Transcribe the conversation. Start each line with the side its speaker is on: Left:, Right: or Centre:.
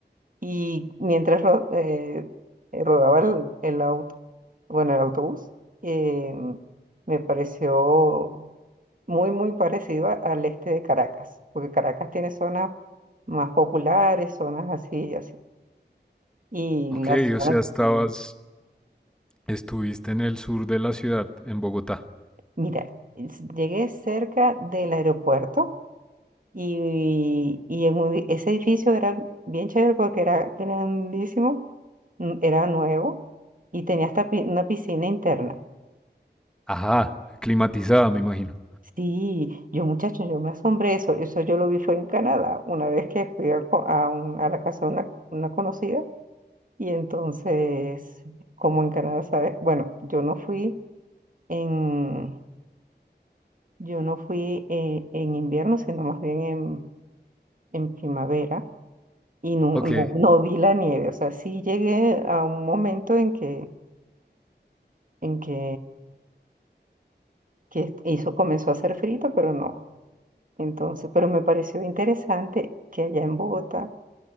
Right: Y mientras ro- eh, eh, rodaba el, el auto, bueno, el autobús, em, me pareció. muy, muy parecida al este de Caracas, porque Caracas tiene zonas más populares, zonas así y así. Y
Centre: Ok,
Right: la zona,
Centre: o sea, estabas, estuviste en el sur de la ciudad, en Bogotá.
Right: mira, es- llegué cerca del aeropuerto y, y en un- ese edificio era bien chévere porque era grandísimo, mm, era nuevo y tenía hasta pi- una piscina interna.
Centre: Ajá, climatizada, me imagino.
Right: Sí, yo muchacho, yo me asombré eso, eso yo lo vi fue en Canadá, una vez que fui a, co- a un- a la casa de una una conocida Y entonces, como en Canadá, ¿sabes? Bueno, yo no fui en, yo no fui eh, en, invierno, sino más bien en, en primavera y no,
Centre: Ok,
Right: no, no vi la nieve. O sea, sí llegué a un momento en que, en que, que hizo, comenzó a hacer frío, pero no. Entonces, pero me pareció interesante que allá en Bogotá